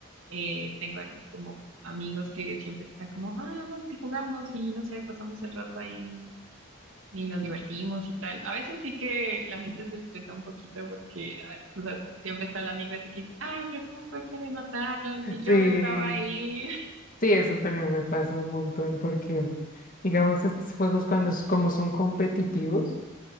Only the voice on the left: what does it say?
Sí,
sí, eso también me pasa un montón porque, digamos, estos juegos cuando es- como son competitivos,